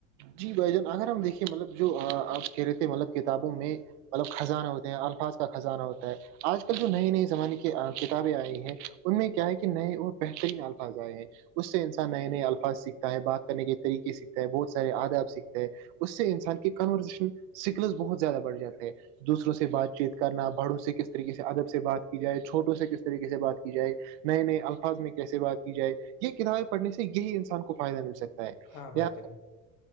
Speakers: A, on the right; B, on the left.
A: جی بھ جان اگر ہم دیکھے مطلب جو آپ کہہ رہے تھے مطلب کتابوں میں مطلب خزانہ ہوتے ہیں الفاظ کا خزانہ ہوتا ہے آج کل جو نئی نئی زمانے کی کتابیں آئی ہیں ان میں کیا ہے کہ نئے اور بہترین الفاظ آئے ہیں اس سے انسان نئے نئے الفاظ سیکھ ستا ہے بات کرنے کے طریقے سیکھتا بہت سے آداب سیکھتا ہے اس سے انسان کے کنورزیشن اسکلز بہت زیادہ بڑھ جاتے ہیں دوسروں سے بات چیت کرنا بڑوں سے کس طریقے سے ادب سے بات کی جائے چھوٹوں سے کس طریقے سے بات کی جائے نئے نئے الفاظ میں کیسے بات کی جائے یہ کتابیں پڑھنے سے یہی انسان کو فائدہ مل سکتا ہے
B: ہاں
A: یا
B: بھائی جان